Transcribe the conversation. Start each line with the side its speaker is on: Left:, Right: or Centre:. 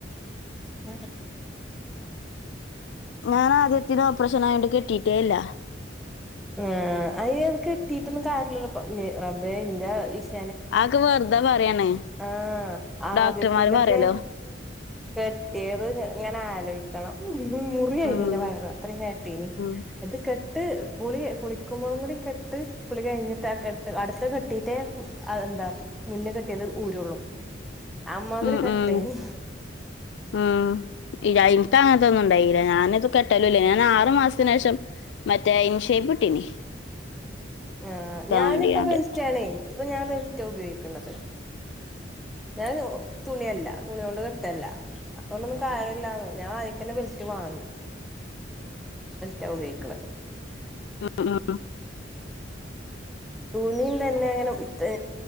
Centre: <inaudible>
Left: ഞാനദ്യത്തില് ഓപ്പറേഷനായൊണ്ട് കിട്ടീട്ടേല്ല
Centre: ആഹ് അയ് കിട്ടീറ്റൊന്നും കാര്യല്ലല്ലോ പ്പൊ ഇഞ് റബ്ബേ ഇന്റെ ശ്
Left: ആ ഒക്കെ വെർതെ പറയാണ്.
Centre: ആഹ് ആദിത്തിലൊക്കെ.
Left: ഡോക്ടർമാര് പറയല്ലോ.
Centre: കെട്ട്യേത് ഇങ്ങനെ ആലോയിക്കണം. മുറിയെയിനി
Left: ഉം.
Centre: ഇന്റെ വയറ് അത്രേം കെ ട്ടീനി
Left: ഉം.
Centre: അത് കെട്ട് കുളി കുളിക്കുമ്പോഴുംകൂടി കെ ട്ട് കുളി കഴിഞ്ഞിട്ട് അഹ് കെട്ട് അടുത്ത കെട്ടീടെ അഹ് എന്താ മുന്നെ കെ മറ്റേത് ഊരൊള്ളൂ. അമ്മാതിരി
Left: ഉം
Centre: കെട്ടേനി
Left: ഉം ഉം ഇയ്യ ഇനിക്ക് അങ്ങനതൊ ന്നും ഇണ്ടായില ഞാനത് കെ- ട്ടലോല്ലേ ഞാനാ ആറു മാസത്തിനേഷം മറ്റേ ഇൻഷേപ്ട്ടീനി.
Centre: ആഹ് ഞാനിപ്പ
Left: വേണ്ടിയാണ്ട്.
Centre: ബെൽറ്റാണേ ഇപ്പൊ ഞാൻ ബെൽറ്റ ഉപയോഗിക്കണത്. ഞാൻ തുണിയല്ല തുണ്യോണ്ട് കെട്ടല്ല അപ്പൊന്നും കാര്യ ഇല്ല ഞാ ആയിക്കന്നെ ബെൽറ്റ് വാങ്ങി റ്റ ഉപോഗിക്കണ്
Left: ഉം.
Centre: തുണി തന്നെ അങ്ങനെ ഇ തെ